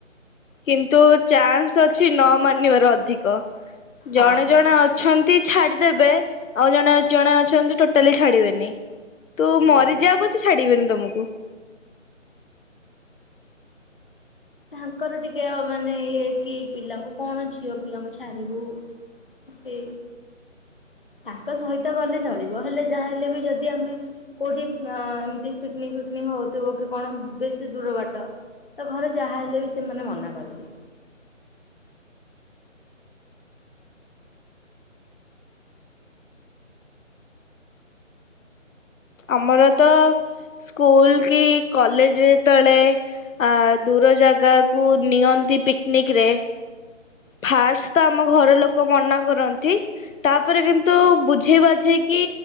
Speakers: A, on the left; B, on the left.
A: କିନ୍ତୁ ଚାନ୍ସ ଅଛି ନ ମାନିବାର ଅଧିକ। ତ ଜଣେ
B: ହଁ।
A: ଜଣେ ଅଛନ୍ତି ଛାଡିଦେବେ ଆଉ ଜଣେ ଜଣେ ଅଛନ୍ତି ଟୋଟାଲି ଛାଡିବେନି। ତୁ
B: ସେଇଆ
A: ମରିଯା ପଛେ ଛାଡିବିନି। ତମୁକୁ <inaudible>
B: ତାଙ୍କର ଟିକେ ମାନେ ଇଏ କି ପିଲାଙ୍କୁ କଣ ଝିଅ ପିଲାଙ୍କୁ ଛାଡିବୁ କି ତାଙ୍କ ସହିତ ଗଲେ ଚଳିବ ହେଲେ ଯାହା ହେଲେ ବି ଯଦି ଆମେ କୋଉଠି ଏମିତି ପିକନିକ୍ ଫିକନିକ୍ ହଉଥିବ କି କଣ ବେଶୀ ଦୂର ବାଟ ତ ଘରେ ଯାହା ହେଲେ ବି ସେମାନେ ମନା କରିବେ।
A: ଆମର ତ ସ୍କୁଲ କି କଲେଜ ତଳେ ଆ ଦୂର ଜାଗା କୁ ନିଅନ୍ତି ପିକନିକ୍ ରେ ଫାଷ୍ଟ ତ ଆମ ଘର ଲୋକ ମନା କ ରନ୍ତି ତାପରେ କିନ୍ତୁ ବୁଝେଇ ବାଝେଇକି